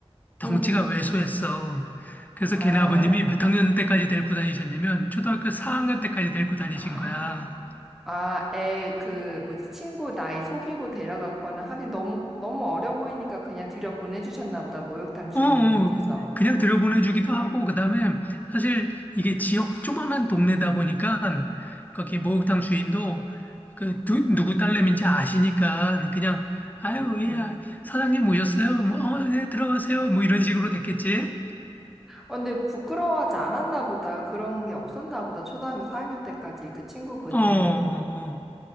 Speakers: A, on the left (about 15°); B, in the centre.
A: 덩치가
B: 응.
A: 왜소했어. 그래서
B: 아.
A: 걔네 아버님이 몇 학년 때까지 데리고 다니셨냐면 초등학교 4학년 때까지 데리고 다니신
B: <gasps>
A: 거야.
B: 아, 애, 그, 뭐지, 친구 나이 속이고 데려갔거나 하긴 너무, 너무 어려 보이니까 그냥 들여 보내주셨나 보다, 목욕탕 주인분께서.
A: 어, 어. 그냥 들여보내주기도 하고 그다음에 사실 이게 지역 조만한 동네다 보니까 거기 목욕탕 주인도 그 누, 누구 딸내미인지 아시니까 그냥 아유
B: 음.
A: 예 아, 사장님 오셨어요 뭐 어, 네 들어가세요 뭐 이런 식으로 됐겠지.
B: 어, 근데 부끄러워하지 않았나 보다, 그런 게 없었나 보다, 초등학교 4학년 때까지 그 친구분은.
A: 어. 어. 어.